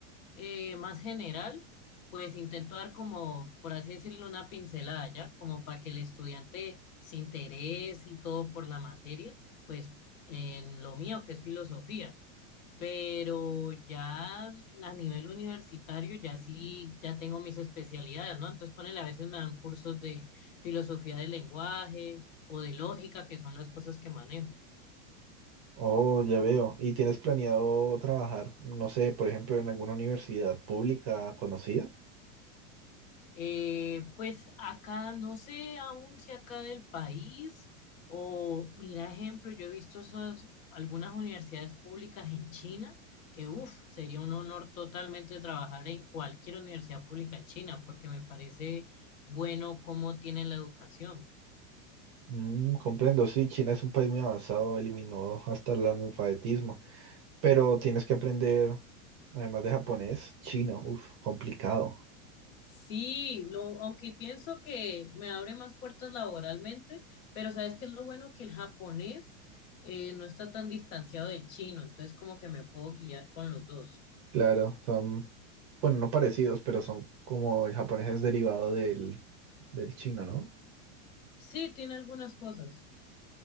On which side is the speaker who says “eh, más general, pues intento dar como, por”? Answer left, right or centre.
Left